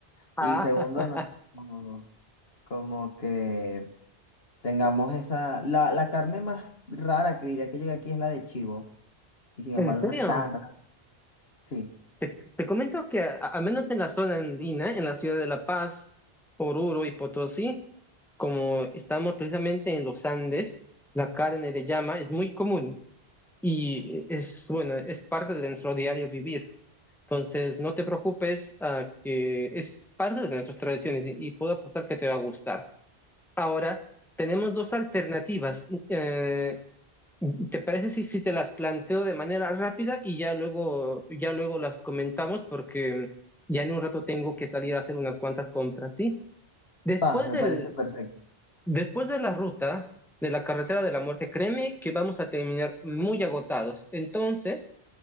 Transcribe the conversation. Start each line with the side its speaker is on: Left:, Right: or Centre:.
Centre: Ah,
Left: Y segundo, no es como, como que tengamos esa, la, la carne más rara que diría que llega aquí es la de chivo. Y sin
Centre: <laughs> ¿en
Left: embargo
Centre: serio?
Left: no es tan rara. Sí.
Centre: Te, te comento que a- al menos en la zona andina, en la ciudad de La Paz, Oruro y Potosí, como estamos precisamente en los Andes, la carne de llama es muy común. y es, bueno, es parte de nuestro diario vivir. Entonces, no te preocupes, ah, que es parte de nuestras tradiciones y, y puedo apostar que te va a gustar. Ahora, tenemos dos alternativas. Eh, ¿te parece si, si te las planteo de manera rápida y ya luego, ya luego las comentamos porque ya en un rato tengo que salir a hacer unas cuantas compras, ¿sí? Después
Left: Va, me
Centre: del,
Left: parece perfecto.
Centre: después de la ruta de la carretera de la muerte, créeme que vamos a terminar muy agotados. Entonces,